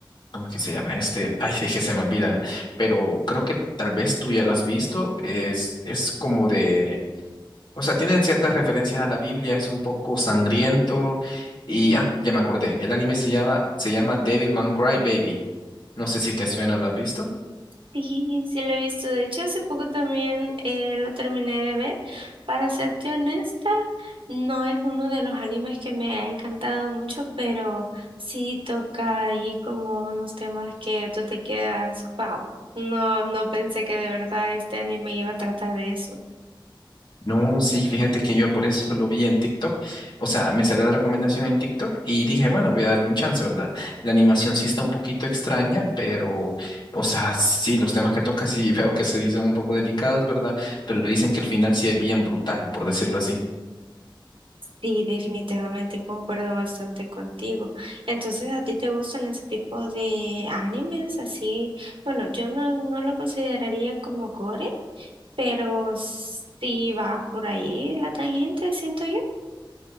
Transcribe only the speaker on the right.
Sí, sí lo he visto. De hecho, hace poco también eh, lo terminé de ver. Para serte honesta, no es uno de los animes que me ha encantado mucho, pero sí toca ahí como unos temas que tú te quedas, wow, no, no pensé que de verdad este anime iba a tratar de eso.
Sí, definitivamente concuerdo bastante contigo. Entonces, ¿a ti te gustan ese tipo de animes así? Bueno, yo no, no lo consideraría como gore, pero sí va por ahí la tangente, siento yo.